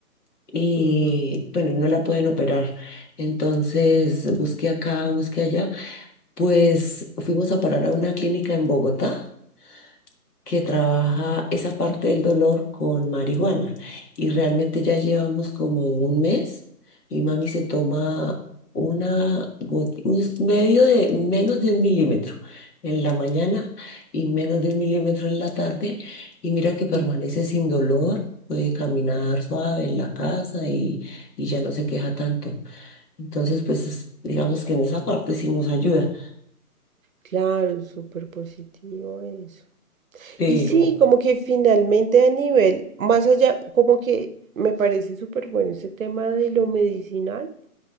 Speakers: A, on the left (about 75°); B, on the right (about 60°).
A: y
B: Ujú,
A: bueno, y no la pueden operar. Entonces busqué acá, busqué allá. Pues fuimos a parar a una clínica en Bogotá que trabaja esa parte del dolor con marihuana. Y realmente ya llevamos como un mes y mami se toma una goti- un s- medio de menos de un milímetro en la mañana y menos de un milímetro en la tarde. Y mira que permanece
B: ujú.
A: sin dolor, puede caminar suave en la casa y, y ya no se queja tanto. Entonces, pues es- digamos que en esa parte sí nos ayuda.
B: Claro, es súper positivo eso.
A: Pero
B: Y sí, como que finalmente a nivel, más allá, como que me parece súper bueno ese tema de lo medicinal.